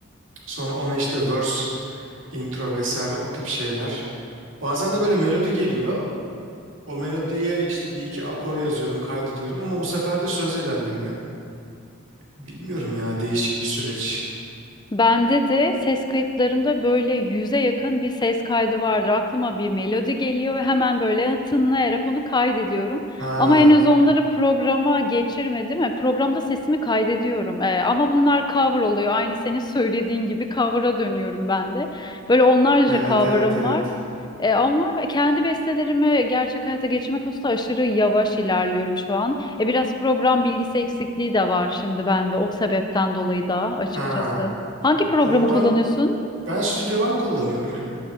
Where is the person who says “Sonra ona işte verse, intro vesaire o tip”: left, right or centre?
Right